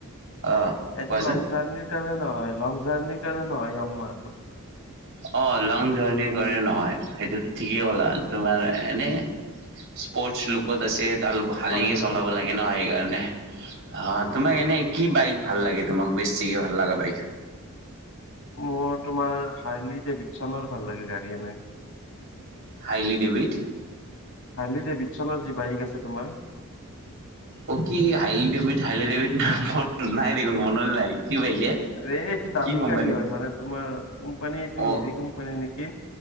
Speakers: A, on the right; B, on the left.
A: অ
B: এইটো
A: কোৱাচোন
B: লং জাৰ্নি কাৰনে নহয়, লং জাৰ্নি কাৰনে নহয় য়ামহাটো।
A: অ লং জাৰ্ণি কৰে নহয়। সেইটো ঠিকেই ক'লা।
B: হয়
A: তোমাৰ এনে স্পৰ্ট লোকত আছে তাল শালিকে
B: হয় হয়
A: চলাব লাগে ন সেইকাৰণে। হা
B: হয়
A: তোমাক
B: হয়
A: এনে কি বাইক ভাল লাগে তোমাক বেছিকে ভাল লগা বাইক?
B: মোৰ তোমাৰ হাৰ্লি ডেভিডছনৰ ভাল লাগে গাড়ী এনে।
A: হাইলি ডেভিড
B: হাৰ্লি দেভিদচনৰ যি বাইক আছে। তোমাৰ
A: অ' কি হাইলি দেভি হাইলি দেভিত মনত নাই দেখোন মনলৈ নাই। কি বাইকে
B: এই এইটো দামী
A: কি কোম্পানী
B: গাড়ী হয়, মানে তোমাৰ কোম্পানী এইটো
A: অ
B: হেৰি কোম্পানী নেকি।